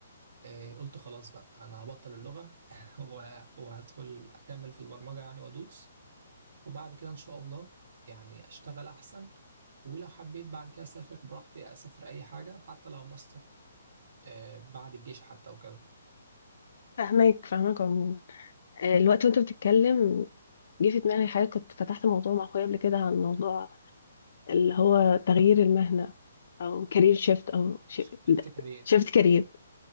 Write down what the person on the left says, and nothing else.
فاهماك فاهماك عموما آه، الوقت وأنت بتتكلم جه في دماغي حاجة كنت فتحت موضوع مع أخويا قبل كده عن موضوع اللي هو تغيير المهنة أو كارير شيفت أو
شيفت كارير